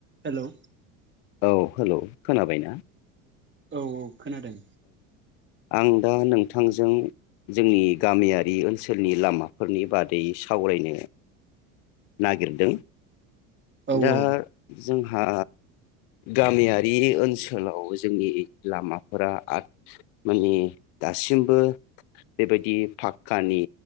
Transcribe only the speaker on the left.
औ हेलौ खोनाबाय ना?
आं दा नोंथांजों जोंनि गामियारि ओनसोलनि लामाफोरनि बादै सावरायनो नागिरदों
दा
जोंहा गामियारि ओनसोलाव जोंनि लामाफोरा आंथ माने दासिमबो बेबायदि फाक्कानि